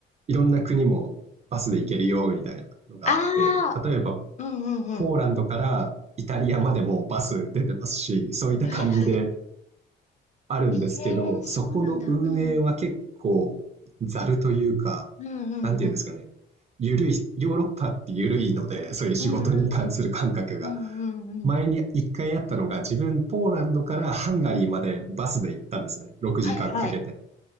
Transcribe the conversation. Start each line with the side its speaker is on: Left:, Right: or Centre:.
Right: いろんな国もバスで行けるよみたいなのがあって、
Left: ああ、
Right: 例えば
Left: うんうんうん。
Right: ポーランドからイタリアまでもバス出てますし、そういった感じで
Left: はいはい。
Right: あるんですけど、
Left: ええーそうなんだ。
Right: そこの運営は結構ざるというか、
Left: うん。うんうんうん。
Right: なんていうんですかね、緩い、ヨーロッパって緩いので、そういう仕事に関する感覚が。
Left: うんうん。うんうんうん。
Right: 前に一回あったのが、自分ポーランドからハンガリーまでバスで行ったんですね。6時間かんかけて。
Left: はいはい。